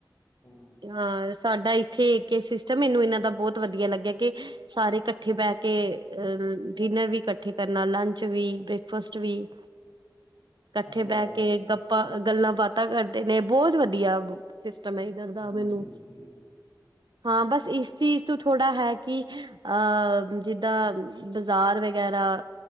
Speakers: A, on the left; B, on the right.
A: ਹਮ
B: ਹਾਂ ਇਹ ਸਾਡਾ ਇੱਥੇ ਕਿ ਸਿਸਟਮ ਇਹਨੂੰ ਇਹਨਾਂ ਦਾ ਬਹੁਤ ਵਧੀਆ ਲੱਗਿਆ, ਕਿ ਸਾਰੇ ਇਕੱਠੇ ਬਹਿ ਕੇ, ਅਹ ਡਿਨਰ ਵੀ ਇਕੱਠੇ ਕਰਨਾ, ਲੰਚ ਵੀ, ਬ੍ਰੇਕਫਾਸਟ ਵੀ। ਕੱਠੇ
A: ਇਹ ਤੇ
B: ਬਹਿ
A: ਹੈ ਉਧਰ
B: ਕੇ ਗੱਪਾਂ ਗੱਲਾਂ-ਬਾਤਾਂ ਕਰਦੇ ਨੇ, ਬਹੁਤ ਵਧੀਆ। ਵਧੀਆ ਸਿਸਟਮ ਐ, ਇੱਧਰ ਦਾ
A: ਹਾਂਜੀ
B: ਮੈਨੂੰ
A: ਹਾਂਜੀ
B: ਹਾਂ ਬਸ ਇਸ ਚੀਜ਼ ਤੋਂ ਥੋੜ੍ਹਾ ਹੈ, ਕਿ ਅਹ ਜਿੱਦਾਂ ਬਾਜ਼ਾਰ ਵਗੈਰਾ,